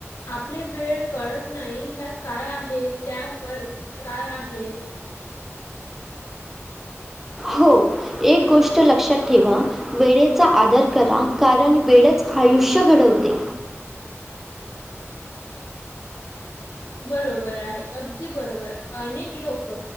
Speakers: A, on the left; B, in the centre.
A: आपले वेळ कळत नाही. ह्या काय आहेत? त्यावर उपाय काय आहेत?
B: हो एक गोष्ट लक्षात ठेवा. वेळेचा आदर करा. कारण वेळच आयुष्य घडवते.
A: बरोबर आहे. अगदी बरोबर अनेक लोक